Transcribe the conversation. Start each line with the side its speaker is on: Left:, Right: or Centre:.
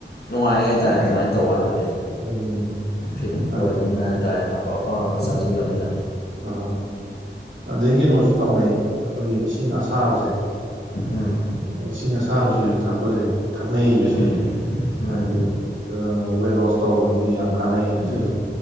Left: ꯅꯨꯡꯉꯥꯏ ꯍꯥꯏꯇꯥꯔꯦ ꯑꯗꯨꯃꯥꯏꯅ ꯇꯧꯕꯀꯥꯟꯗꯗꯤ
Right: ꯎꯝ
Left: ꯐꯤꯠ
Right: ꯑꯗꯨ
Left: ꯑꯣꯏꯕꯅꯤꯅ ꯍꯥꯏ ꯇꯥꯔꯦꯅꯦ ꯑꯐ ꯑꯐꯥꯕ ꯉꯥꯛꯇ ꯆꯥꯁꯤꯜꯂꯕꯅꯤꯅ
Right: ꯑ ꯑꯗꯩ ꯀꯩꯅꯣꯁꯨ ꯇꯧꯅꯩꯅ‌ꯦ ꯑꯩꯈꯣꯏꯒꯤ ꯏꯁꯤꯡ ꯑꯁꯥꯕꯁꯦ
Left: ꯎꯝ
Right: ꯏꯁꯤꯡ ꯑꯁꯥꯕꯁꯤꯁꯨ ꯊꯛꯄꯁꯦ ꯊꯛꯅꯩꯕꯁꯤꯁꯨ
Left: ꯎꯝ ꯎꯝ
Right: ꯍꯥꯏꯗꯤ ꯋꯦꯠ ꯂꯣꯁ ꯇꯧꯕꯒꯤꯗꯤ ꯌꯥꯝ ꯀꯥꯟꯅꯩ
Left: ꯎꯝ
Right: ꯁꯤꯁꯦ